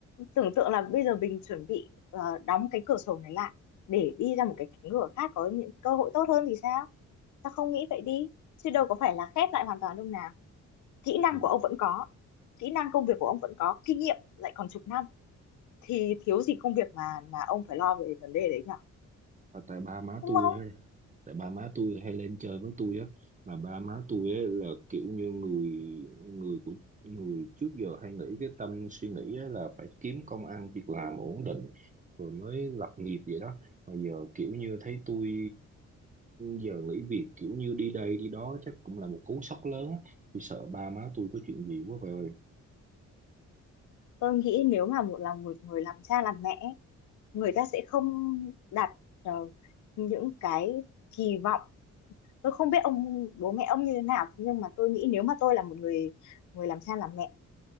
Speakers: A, on the left; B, on the right.
A: tưởng tượng là bây giờ mình chuẩn bị ờ, đóng cái cửa sổ này lại để đi ra một cái cánh cửa khác có những cơ hội tốt hơn thì sao sao không nghĩ vậy đi chứ đâu có phải là khép lại hoàn toàn đâu nào kỹ năng
B: Ừ.
A: của ông vẫn có kỹ năng công việc của ông vẫn có kinh nghiệm lại còn chục năm thì thiếu gì công việc mà mà ông phải lo về vấn đề đấy nhở
B: À, tại ba má
A: đúng
B: tôi
A: không
B: ấy, tại ba má tôi hay lên chơi với tôi á mà ba má tôi ấy là kiểu như người người của người trước giờ hay nghĩ cái tâm suy nghĩ á là phải kiếm công ăn việc làm ổn định rồi mới lập nghiệp vậy đó mà giờ kiểu như thấy tôi giờ nghỉ việc kiểu như đi đây đi đó chắc cũng là một cú sốc lớn á tôi sợ ba má tôi có chuyện gì quá vậy ơi
A: tôi nghĩ nếu mà một là một người làm cha làm mẹ người ta sẽ không đặt ờ, những cái kỳ vọng tôi không biết ông bố mẹ ông như thế nào nhưng mà tôi nghĩ nếu mà tôi là một người người làm cha làm mẹ